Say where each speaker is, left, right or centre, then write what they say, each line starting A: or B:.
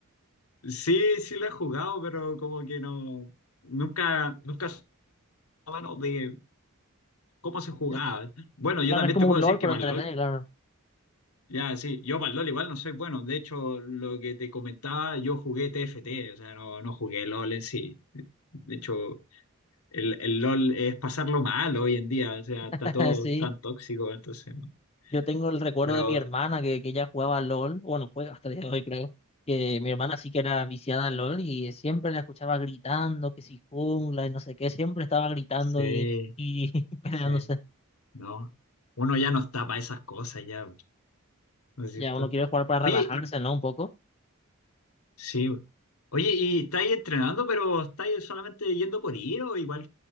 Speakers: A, on the left (about 80°); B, on the left (about 25°).
A: Sí, sí lo he jugado, pero como que no, nunca, nunca supe bueno de cómo se jugaba.
B: Es-
A: Bueno, yo
B: Claro,
A: también
B: es como
A: te puedo
B: un
A: decir
B: LOL,
A: que
B: pero
A: para
B: en 3D,
A: el LOL,
B: claro.
A: ya sí, yo para el LOL igual no soy bueno. De hecho, lo que te comentaba, yo jugué TFT, o sea, no, no jugué LOL en sí. De hecho, el, el LOL es pasarlo mal hoy en día, o sea,
B: <laughs>
A: está todo
B: Sí,
A: tan tóxico, entonces, no.
B: yo tengo el recuerdo
A: Pero
B: de mi hermana que, que ella jugaba al LOL, bueno, juega hasta el día de hoy, creo. Que mi hermana sí que era viciada al LOL y siempre la escuchaba gritando, que si jungla y no sé qué, siempre estaba gritando
A: sí,
B: y, y <laughs> peleándose.
A: sí, no. Uno ya no está para esas cosas, ya, ¿no es
B: Ya
A: cierto?
B: uno quiere jugar para
A: Oye,
B: relajarse,
A: y-
B: ¿no? Un poco.
A: sí, oye, ¿y estáis entrenando, pero estáis solamente yendo por ir o igual